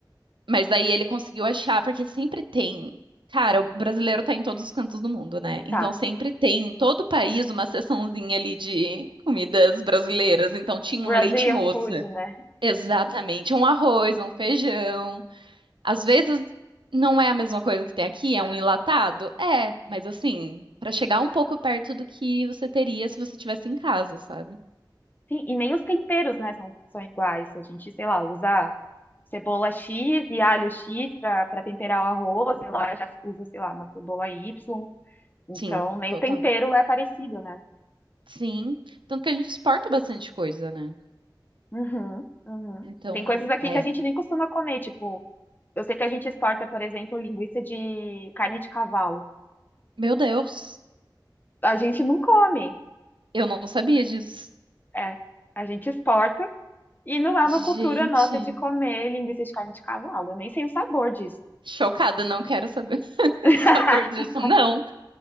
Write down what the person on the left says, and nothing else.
Tá.
Brazilian
food, né?
Sim, e nem os temperos, né, são, são iguais. A gente, sei lá, usa cebola X e alho X pra pra temperar o arroz, e lá já usa, sei lá, uma cebola Y. Então,
nem
o tempero é parecido, né?
Uhum, uhum.
Tem coisas aqui
que a gente nem costuma comer, tipo, eu sei que a gente exporta, por exemplo, linguiça de carne de cavalo.
A gente não come,
é, a gente exporta e não é
uma cultura nossa de comer linguiça de carne de cavalo. Eu nem sei o sabor disso.
<laughs>